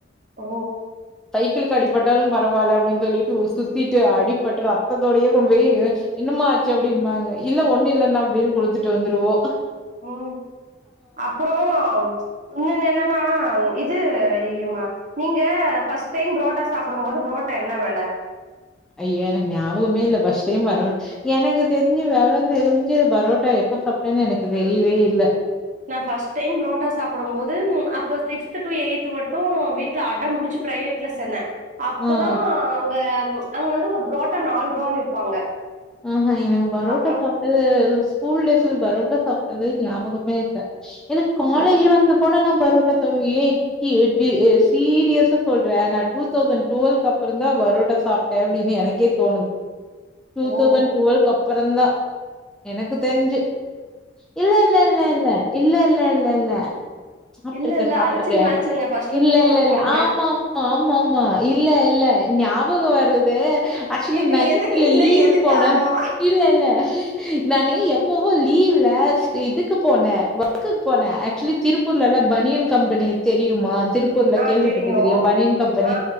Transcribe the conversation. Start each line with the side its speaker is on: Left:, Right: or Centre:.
Right: ஓ
Centre: க்கு அடிப்பட்டாலு பரவால அப்டின்னு சொல்லிட்டு ஊர் சுத்தீட்டு அடிப்பட்டு ரத்ததோடையே கொண்டு போயி என்ன மா ஆச்சு அப்டிம்பாங்க இல்ல ஒன்னு இல்லண்ணா அப்டின் குடுத்துட்டு வந்துருவோ
Right: ம் அப்றோ உன்னொன்னு என்னனா இது இய்மா நீங்க ஃபர்ஸ்ட் டைம் புரோட்டா சாப்பிடும் போது புரோட்டா என்ன வெல
Centre: அய்யயோ எனக்கு ஞாபகமே இல்ல ஃபர்ஸ்ட் ‌டைம் பரோ எனக்கு தெரிஞ்சு வெவறந் தெரிஞ்சு பரோட்டா எப்ப சாப்டேன் எனக்கு தெரியவே இல்ல
Right: நா ஃபர்ஸ்ட் டைம் ப்ரோட்டா சாப்பிடும் போது அப்போ சிக்ஸ்த் டு எய்த் மட் டு வீட்ல அடம் புடிச்சு பிரைவேட்ல சேந்த அப்பதா
Centre: ஆ.
Right: அங்க அங்க வந்து ஒரு ப்ரோட்டா நால்ட்ருவான் விப்பாங்க
Centre: ஆ ஆ எனக்கு பரோட்டா
Right: அப்புறோ
Centre: சாப்ட்டது ஸ்கூல் டேஸ்ல பரோட்டா சாப்ட்டது ஞாபகமே இல்ல எனக் காலேஜ்
Right: ஓ
Centre: வந்து கூட நா பரோட்டா தோண்லயே கி எ கி எ சீரியஸா சொல்ட்றே நா டூ தௌசண்ட் டுவல் அப்றந்தா பரோட்டா சாப்ட்டே அப்டினு எனக்கே தோணுது டூ
Right: ஓ
Centre: தௌசண்ட் டுவெல் கப்புறந்தா எனக்கு தெரிஞ்சு இல்ல இல்ல இல்ல இல்ல இல்ல இல்ல இல்ல இல்ல சாப்பிட்ருக்கே
Right: இல்ல இல்ல
Centre: சாப்பிட்ருக்கே
Right: அழிச்சிருங்க அழிச்சிருங்க ஃபர்ஸ்ட்ல இருந்து
Centre: இல்ல
Right: கோடு
Centre: இல்ல இல்ல
Right: போடுங்க
Centre: ஆமா ஆமா ஆமா ஆமா இல்ல இல்ல ஞாபகோ வருது ஆக்சுலி
Right: இப்ப
Centre: நைன்த்ல
Right: எதுக்கு இல்ல
Centre: லீவுக்கு
Right: எதுக்கு
Centre: போன
Right: ஆமா
Centre: இல்ல இல்ல நானு எப்பவு லீவ்ல இதுக்கு போனே ஒர்க்கு போனே ஆக்சுலி திருப்பூர்ல பனியன் கம்பெனி தெரியுமா திருப்பூர்ல
Right: ஆ
Centre: கேள்விப்பட்ருகறயா
Right: தெரியு
Centre: பனியன் கம்பெனி
Right: ஆ